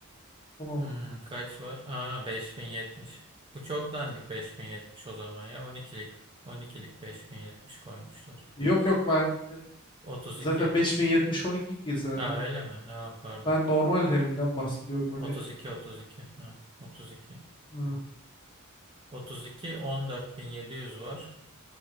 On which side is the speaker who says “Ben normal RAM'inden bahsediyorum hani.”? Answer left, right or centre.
Left